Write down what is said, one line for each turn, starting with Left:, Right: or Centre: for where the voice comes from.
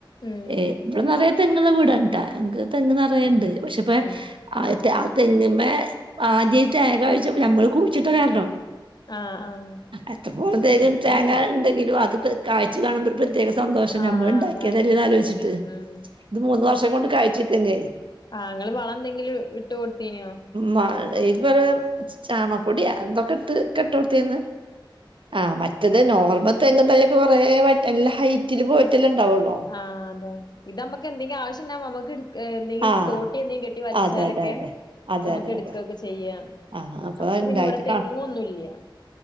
Left: ഉം
Right: ഏഹ്. ഇബടെ നെറയെ തെങ്ങ്ള്ള വീടാണ് ട്ട ഇൻക്ക് തെങ്ങ് നെറയ്ണ്ട് പക്ഷെപ്പ.
Left: ഉം
Right: ആദ്യത്തെ ആ തെങ്ങ്മെ ആദ്യായിട്ട് തേങ്ങ കായ്ച്ചപ്പൊ നമ്മള് കുയ്ച്ചിട്ട കാരണം.
Left: ആഹ് ആഹ്.
Right: എത്ത്കോണം തെങ്ങി തേങ്ങാ ഇണ്ടെങ്കിലും അത് പെ കായ്ച് കാണുമ്പോൾ ഒരു പ്രത്യേക. സന്തോഷം
Left: ആഹ്
Right: ഞമ്മൾ ഇണ്ടാക്കിയതെല്ലെന്ന്
Left: അതാണ്
Right: ആലോയ്ച്ചിട്ട്
Left: ഉം ഉം
Right: ഇത് മൂന്ന് വർഷം കൊണ്ട് കായ്ച്ചീ തെങ്ങ്.
Left: ആ ഇങ്ങള് വളന്തെങ്കിലും ഇട്ട് കൊടുത്തീനോ.
Right: മാ ഇത് വലെ ചാണപ്പൊടിയാ ന്തൊക്കെ ഇട്ട് ക്കെട്ടൊട്ത്തീന്. ആഹ് മറ്റെത്. നോർമ ത്തെങ്ങ്തൈയൊക്കെ കൊറേ വ നല്ല ഹൈറ്റിൽ പോയിട്ടല്ലാംണ്ടാവൊള്ളോ.
Left: ആഹ് അത ഇതമ്മക്ക് എന്തെങ്കി ആവശ്യം ണ്ടാവുമ്പൊ നമക്ക്ട്. ക്കാ എന്തെങ്കി
Right: ആഹ്
Left: തോട്ടി എന്തെങ്കും കെട്ടി വലിച്ചാലൊക്കെ
Right: അതെ അതെ അതെ അതെ
Left: അമ്മക്കെട്ക്കൊക്കെ
Right: അതെ അതെ
Left: ചെയ്യാം.
Right: ആഹ് അപ്പൊ
Left: അമ്മക്ക് പിന്നെവ്ടെ
Right: ഉണ്ടായിട്ട്
Left: തെങ്ങുവൊന്നുല്ല്യ.